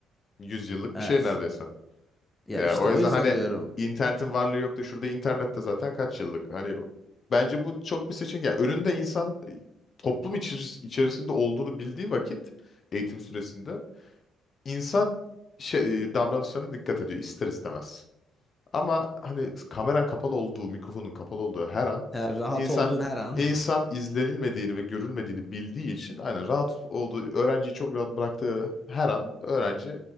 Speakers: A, on the left; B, on the left.
A: yüz yıllık
B: Evet.
A: bir şey neredeyse.
B: Ya
A: Ya
B: işte
A: o
B: o
A: yüzden
B: yüzden
A: hani
B: diyorum.
A: internetin varlığı yok da şurada internette zaten kaç yıllık. Hani bence bu çok bir seçenek. Yani önünde insan e, toplum içeris- içerisinde olduğunu bildiği vakit eğitim süresinde insan şey, e, davranışlarına dikkat ediyor ister istemez. Ama hani kameran kapalı olduğu, mikrofonun kapalı olduğu her an
B: Eğer rahat
A: insan
B: olduğun her an
A: insan izlenilmediğini ve görülmediğini bildiği için aynen rahat olduğu, öğrenciyi çok rahat bıraktığı her an öğrenci